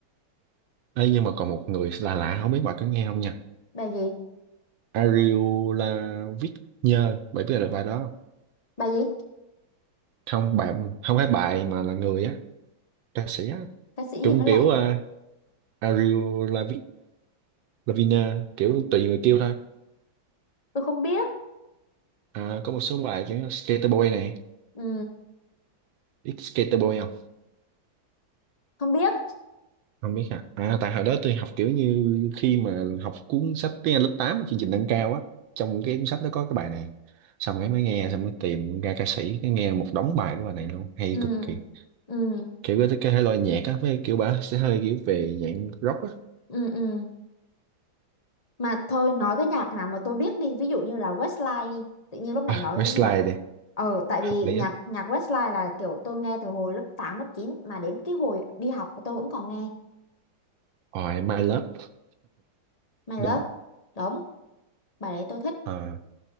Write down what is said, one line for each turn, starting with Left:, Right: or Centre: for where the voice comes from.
Right: Ê, nhưng mà còn một người là lạ lạ, không biết bà có nghe không nha
Left: Bài gì?
Right: Ariel là viết nhơ bạn biết là bài đó không
Left: Bài gì?
Right: Không, bạn không phải bài mà là người á ca sĩ á
Left: Ca sĩ
Right: cũng
Left: gì nó lại
Right: kiểu à, Ariel là Lavigne kiểu tùy người kêu thôi
Left: tôi không biết.
Right: à, có một số bài kiểu Skater Boy này
Left: Ừ,
Right: biết Skater Boy không
Left: không biết.
Right: không biết hả à tại hồi đó tôi học kiểu như khi mà học cuốn sách tiếng Anh lớp 8 ở chương trình nâng cao á trong cái cuốn sách nó có cái bài này xong cái mới nghe xong mới tìm ra ca sĩ cái nghe một đống bài của bài này luôn hay
Left: Ừ.
Right: cực kỳ
Left: Ừ,
Right: kiểu cái cái thể loại nhạc á với kiểu bà sẽ hơi kiểu về dạng rock á
Left: ừ, ừ. ừ. mà thôi nói cái nhạc nào mà tôi biết đi ví dụ như là Westlife đi tự nhiên lúc này
Right: à,
Left: nói
Right: Westlife
Left: nói
Right: đi
Left: ờ tại
Right: hợp
Left: vì
Right: lý
Left: nhạc
Right: á
Left: nhạc Westlife là kiểu tôi nghe từ hồi lớp 8 lớp chín mà đến cái hồi đi học tôi vẫn còn nghe
Right: Ôi, My Love
Left: My
Right: đúng
Left: Love
Right: không
Left: đúng bài đấy tôi thích
Right: Ờ,